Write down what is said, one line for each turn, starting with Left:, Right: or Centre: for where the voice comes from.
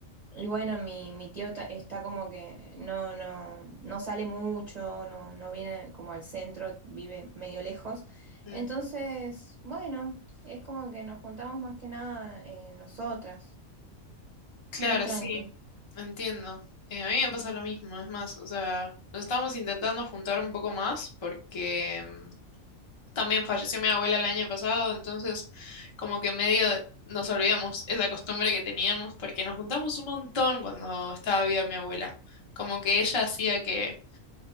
Right: y bueno, mi, mi tío ta- está como que no, no, no sale mucho, no, no viene como al centro, vive medio lejos.
Left: Mm,
Right: Entonces, bueno, es como que nos juntamos más que nada eh, nosotras,
Left: Claro,
Right: muy tranqui.
Left: sí, entiendo. Eh, a mí me pasa lo mismo, es más, o sea, nos estamos intentando juntar un poco más porque mm, También falleció mi abuela el año pasado, entonces como que medio nos olvidamos esa costumbre que teníamos porque nos juntamos un montón cuando estaba viva mi abuela. Como que ella hacía que,